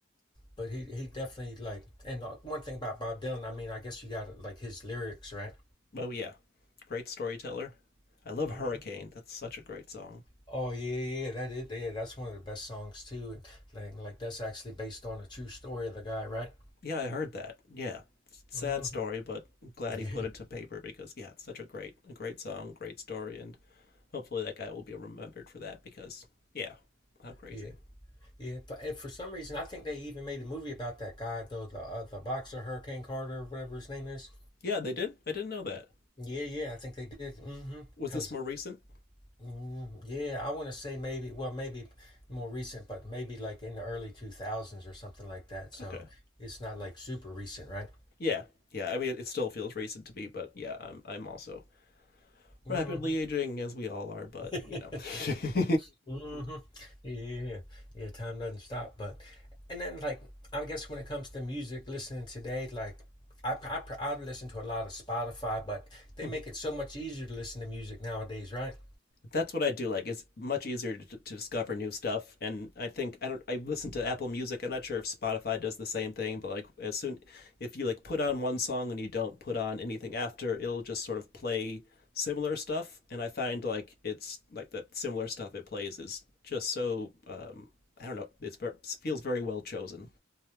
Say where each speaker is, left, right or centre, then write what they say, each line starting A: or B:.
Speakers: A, on the left (about 25°); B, on the left (about 50°).
A: But he, he definitely like and uh, one thing about Bob Dylan, I mean, I guess you got like his lyrics, right?
B: Oh yeah, great storyteller. I love
A: Mhm.
B: Hurricane. That's such a great song.
A: Oh yeah, yeah, that is yeah, that's one of the best songs too. And like, like that's actually based on a true story of the guy, right?
B: Yeah, I heard that. Yeah, sad
A: Mhm.
B: story, but I'm glad
A: Yeah,
B: he put it to paper because yeah, it's such a great a great song, great story, and hopefully that guy will be remembered for that because yeah, how crazy.
A: yeah, yeah. But and for some reason, I think they even made a movie about that guy though, the uh, the boxer Hurricane Carter, or whatever his name is.
B: Yeah, they did. I didn't know that.
A: Yeah, yeah, I think they did. Mm-hmm.
B: Was
A: because.
B: this more recent?
A: Mm, yeah, I want to say maybe, well, maybe more recent, but maybe like in the early 2000s or something like that. So
B: Okay.
A: it's not like super recent, right?
B: Yeah, yeah. I mean, it still feels recent to me, but yeah, I'm I'm also
A: hmm
B: rapidly aging as we all are. But
A: <laughs>
B: you know, <laughs>
A: hmm Yeah. Yeah, time doesn't stop, but and then like I guess when it comes to music listening today, like I pr- I, pr- I listen to a lot of Spotify, but they
B: Mm-hmm.
A: make it so much easier to listen to music nowadays, right?
B: that's what I do like. It's much easier to, to discover new stuff, and I think I don't. I listen to Apple Music. I'm not sure if Spotify does the same thing, but like as soon if you like put on one song and you don't put on anything after, it'll just sort of play similar stuff. And I find like it's like that similar stuff it plays is just so um, I don't know. It's ver- feels very well chosen.